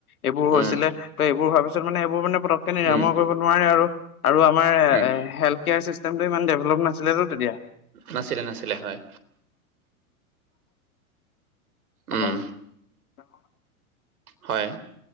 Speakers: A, on the left; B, on the right.
A: এইবোৰ হৈছিলে।
B: উম
A: ত' এইবোৰ হোৱাৰ পিছত মানে এইবোৰ মানে পতকে নিৰাময়
B: উম
A: কৰিব নোৱাৰে আৰু আমাৰ
B: উম
A: হেল্থ কেয়াৰিষ্টেমটো ইমান ডেভেলপ নাছিলেতো তেতিয়া।
B: নাছিলে নাছিলে হয়।
A: <unintelligible>
B: উম হয়।